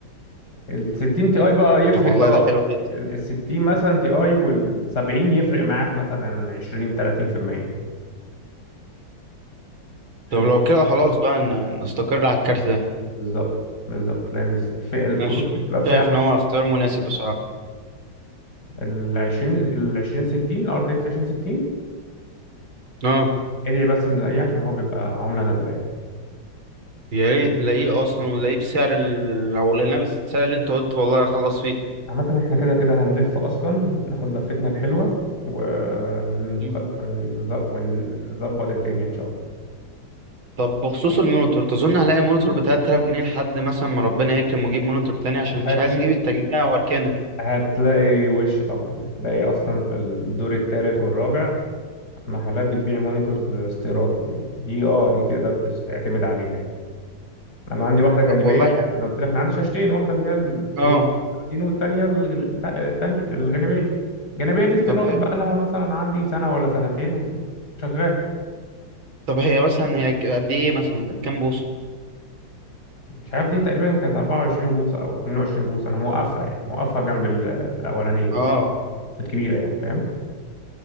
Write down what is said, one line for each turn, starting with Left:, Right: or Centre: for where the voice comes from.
Left: ال 60 تي اي بقى يفرق
Right: طب والله
Left: اه
Right: ده حلو جدا
Left: ال 60 مثلا تي اي وال 70 يفرق معاك مثلا 20 30% عشان
Right: طب لو كده خلاص بقى ن- نستقر على الكارت ده
Left: بالظبط بالظبط لان فئه الكروت
Right: انا ش-
Left: دي بتبقى فئه
Right: شايف ان هو اختيار مناسب بصراحة
Left: ال 20 ال 20 60 الار تي اكس 20 60
Right: اه
Left: ادعي بس ان الاقيه عشان هو بيبقى عمله نادره يعني.
Right: يا ريت نلاقيه اصلا ونلاقيه بسعر ال... لو لقيناه بالسعر اللي انت قلت والله هخلص فيه
Left: عامة احنا كده كده هنلف أصلا ناخد لفتنا الحلوة ونخ-
Right: مم.
Left: ونز- ونظبط الدنيا إن شاء الله
Right: طب بخصوص المونيتور تظن هلاقي مونيتور ب 3000 جنيه لحد مثلا ما ربنا يكرم واجيب مونيتور تاني عشان مش
Left: أكيد
Right: عايز اجيب التجميع واركنه
Left: هتلاقي وش طبعا هتلاقي أصلا في الدور الثالث والرابع محلات بتبيع مونيتورز استيراد يعني دي اه دي تقدر تس- تعتمد عليها يعني أنا عندي واحدة جانبية
Right: طب والله حلو.
Left: أنا قلت لك أنا عندي شاشتين واحدة اللي هي ال
Right: اه
Left: 32 والتانية ال- الت- التانية الجانبية الجانبية دي استيراد
Right: طب حلو
Left: بقى لها مثلا عندي سنة ولا سنتين وشغالة
Right: طب هي مثلا هي ك- قد ايه مثلا كام بوصة
Left: مش عارف دي تقريبا كانت 24 بوصة أو 22 بوصة أنا موقفها يعني موقفها جنب ال- الأولانية
Right: اه
Left: الكبيرة يعني فاهم